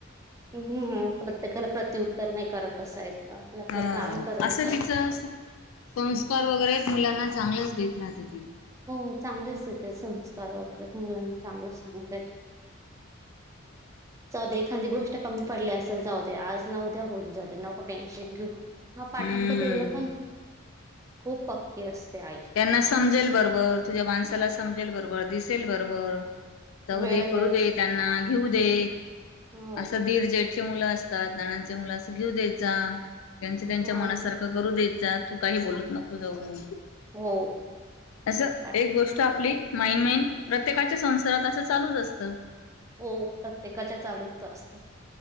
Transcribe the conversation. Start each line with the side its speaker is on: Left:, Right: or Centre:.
Right: हम् प्रत्येकाला प्रत्यउत्तर नाही करत बसायचं आपलं आपलं
Left: ह
Right: काम करायचं
Left: असं तिच संस्कार वगैरेच मुलांना चांगलंच तेेत राहते ती
Right: हो चांगलेच देते संस्कार वगैरे मुलांना चांगलं सांगते जाऊद एखादी गोष्ट कमी पडली असेल जाऊते आज न उद्या होईल जाऊ नक टेन्शन घेऊ आ पाठिंबा
Left: हम्म
Right: द्यायला पण खूप पक्क असते आई
Left: त्यांना समजेल बरोबर ब बर तुझ्या माणसाला समजेल बरोबर दिसेल बरोबर जाऊ
Right: वेळेच
Left: दे करू दे त्यांना घेऊ दे
Right: हो
Left: असं दीर जेट मुलं असतात नानांचे मुलं अस घेऊ द्यायचा त्यांच त्यांच्या
Right: ह
Left: मनासारखं करू द्याच तू काही बोलत नको जाऊ
Right: हो
Left: असं
Right: पाठी
Left: एक गोष्ट आपली माईनमेन प्रत्येकाच्या संसारात असं चालूच असतं
Right: हो प्रत्येकाच्या चालू असत